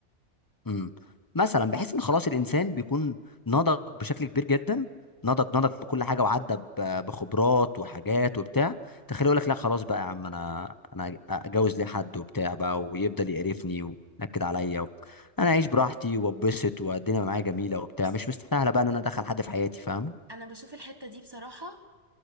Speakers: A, on the left; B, on the right.
A: امم مثلا بحيث ان خلاص الانسان بيكون نضج بشكل كبير جدا نضج نضج بكل حاجه وعدى ب- بخبرات وحاجات وبتاع تخيل يقول لك لا خلاص بقى يا عم انا انا اتجوز ليه حد وبتاع بقى ويفضل يقرفني وينكد عليا و... انا اعيش براحتي واتبسط والدنيا معايا جميله وبتاع
B: بص
A: مش مستاهله بقى ان انا ادخل حد في حياتي فاهم
B: انا بشوف الحتة دي بصراحة